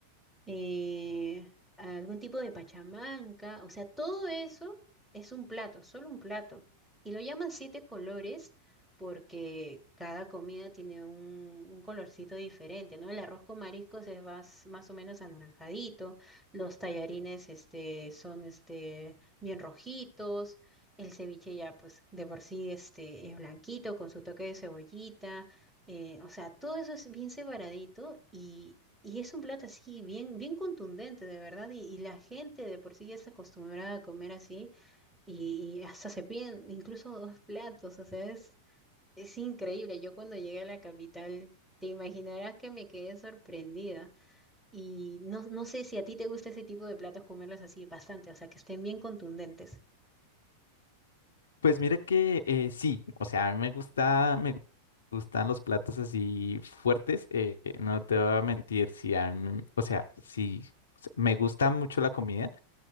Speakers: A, in the centre; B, on the left.
A: eh, algún tipo de pachamanca, o sea, todo eso es un plato, solo un plato. Y lo llaman siete colores porque cada comida tiene un, un colorcito diferente, ¿no? El arroz con mariscos es más, más o menos anaranjadito, los tallarines este, son este, bien rojitos. El ceviche ya, pues, de por sí este, es blanquito con su toque de cebollita. eh, o sea, todo eso es bien separadito y, y es un plato así, bien, bien contundente, de verdad. Y, y la gente de por sí ya está acostumbrada a comer así. Y, y hasta se piden incluso dos platos. O sea, es, es increíble. Yo cuando llegué a la capital, te imaginarás que me quedé sorprendida. Y no, no sé si a ti te gusta ese tipo de platos, comerlos así bastante. O sea, que estén bien contundentes.
B: Pues mira que eh, sí, o sea, a mí me gusta, me gustan los platos así fuertes, eh, no te voy a mentir, si a mí- o sea, si me gusta mucho la comida,